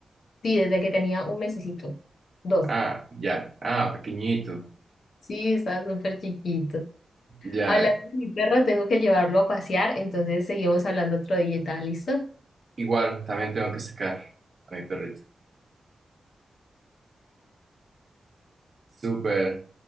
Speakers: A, on the left; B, on the right.
A: Sí, desde que tenía un mesecito. Dos.
B: Ah, ya. Ah, pequeñito.
A: Sí, está súper chiquito.
B: Ya.
A: Hablando de mi perro, tengo que llevarlo a pasear, entonces seguimos hablando otro día, ¿está listo?
B: Igual, también tengo que sacar a mi perrito. Súper.